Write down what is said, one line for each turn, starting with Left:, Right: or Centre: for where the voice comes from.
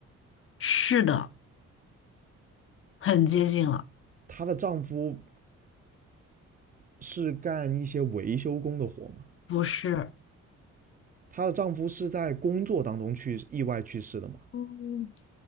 Left: 是的，很接近了，
Right: 她的丈夫是干一些维修工的活吗？
Left: 不是，
Right: 她的丈夫是在工作当中去意外去世的吗？
Left: 嗯，